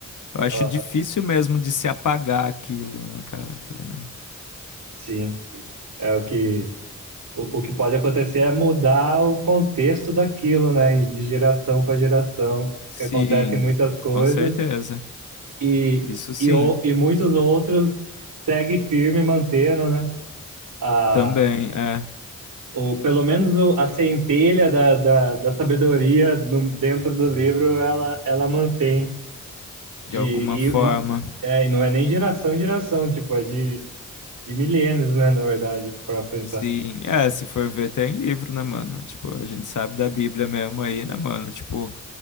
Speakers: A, on the left (about 65°); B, on the right (about 80°).
A: eu acho
B: Aham,
A: difícil mesmo de se apagar aquilo, né, cara? Tá ligado?
B: Sim, é o que o, o que pode acontecer é mudar o contexto daquilo, né, de geração para geração,
A: Sim,
B: que acontecem muitas coisas
A: com certeza.
B: e
A: Isso sim,
B: e, o- e muitos outros seguem firme mantendo, né, a
A: também é,
B: o pelo menos o, a centelha da, da, da sabedoria no, dentro do livro ela ela mantém De,
A: de alguma forma.
B: e, é, e não é nem geração em geração, tipo, é de, de milênios, né, na verdade, pra pensar.
A: Sim, é, se for ver, tem livro, né, mano? Tipo, a gente sabe da Bíblia mesmo aí, né, mano? Tipo,